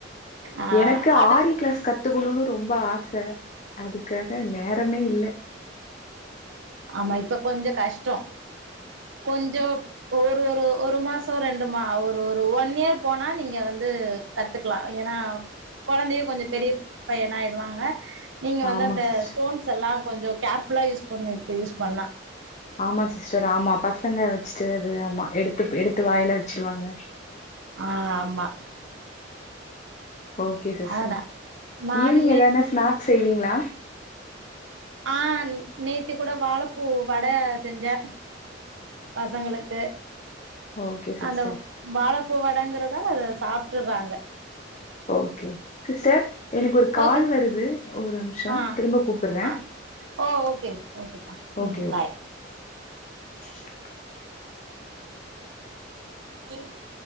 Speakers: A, on the right; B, on the left.
A: ஆ
B: எனக்கு
A: அத
B: ஆரி கிளாஸ் கத்துகுணுனு ரொம்ப ஆச அதுக்காக நேரமே இல்ல
A: ஆமா இப்ப கொஞ்சோ கஷ்டோ கொஞ்சோப் ஒரு ஒரு ஒரு மாச் சோ ரெண்டுமா ஒரு ஒரு ஒன்னியர்ப் போனா நீங்க வந்து கத்துக்லா எனா கொழந்தையு கொஞ்சோ பெரியப் பையனாயிடுவாங்க நீங்க
B: ஆ
A: வந்து
B: ஆமா
A: அந்த
B: சிஸ்டர்
A: ஸ்டோன்ஸ் அல்லா கொஞ்சோ கேர்ஃபுல்லா யூஸ் பண்ணு இப்ப யூஸ் பண்ணா
B: ஆமா சிஸ்டர் ஆமா பசங்க வெச்ட்டு அது ஆமா எடுத்துப் எடுத்து வாயில வெச்டுவாங்க
A: ஆ ஆமா
B: ஓகே சிஸ்டர்
A: அதனா நானுமே
B: ஈவினிங் எதானா ஸ்நாக்ஸ் செய்வீங்ளா
A: ஆ நேத்தே கூட வாழப்பூ வட செஞ்சே பசங்களுக்கு
B: ஓகே சிஸ்டர்
A: அந்தவ் வாழப்பூ வடங்குறதால அதச் சாப்ட்டுர்றாங்க
B: ஓகே சிஸ்டர் எனக்கு ஒரு கால்
A: ஓகே
B: வருது ஒரும்ஷோ
A: ஆ
B: திரும்ப கூப் புர்றே
A: ஆ ஓ ஓகே ஓகேப்பா
B: ஓகே
A: ம் பாய்
B: ஓகே <inaudible>
A: இ <inaudible>